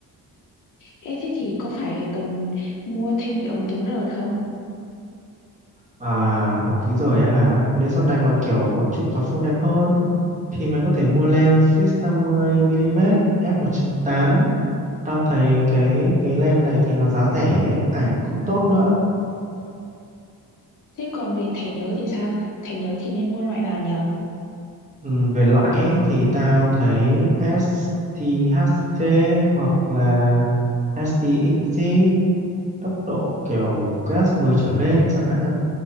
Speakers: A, on the left; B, on the right.
A: Ê thế thì có phải cần mua thêm cái ống kính rồi không?
B: à ống kính rồi á hả nếu sau này mà kiểu muốn chụp gió phông đẹp hơn thì mày có thể mua lens fix 50mm F1.8 tao thấy cái cái lens này thì nó giá rẻ ấy, ảnh cũng tốt nữa
A: Thế còn về thẻ nhớ thì sao? Thẻ nhớ thì nên mua loại nào nhỉ?
B: Ừ, về loại ấy, thì tao thấy STHC hoặc là STXC tốc độ kiểu class 10 trở lên chẳng hạn.